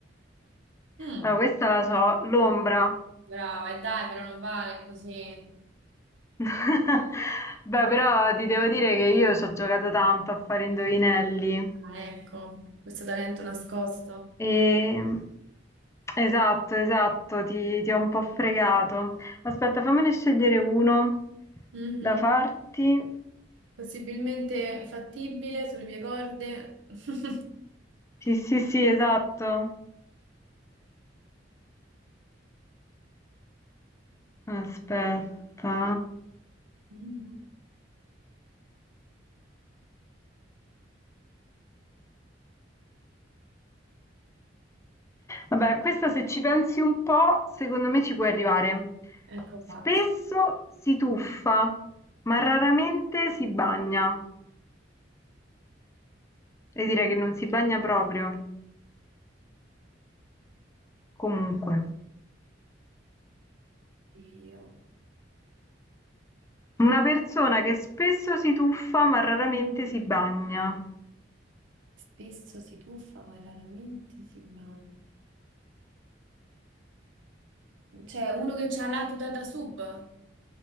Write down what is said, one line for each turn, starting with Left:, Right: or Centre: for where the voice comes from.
Right: Mm,
Left: Allora, questa la so, l'ombra.
Right: brava, e dai, però non vale così.
Left: <laughs> Beh, però ti devo dire che io ci ho giocato tanto a fare indovinelli.
Right: Ah, ecco, questo talento nascosto.
Left: E... Esatto, esatto, ti, ti ho un po' fregato. Aspetta, fammene scegliere uno
Right: Mhm.
Left: da farti.
Right: Possibilmente fattibile sulle mie corde. <laughs>
Left: Sì, sì, sì, esatto. Aspetta.
Right: Mhm.
Left: Vabbè, questa se ci pensi un po', secondo me ci puoi arrivare.
Right: Ecco
Left: Spesso
Right: fatto.
Left: si tuffa, ma raramente si bagna. E direi che non si bagna proprio. Comunque,
Right: Io
Left: una persona che spesso si tuffa, ma raramente si bagna.
Right: spesso si tuffa, ma raramente si bagna. C'è uno che ha la tuta da sub.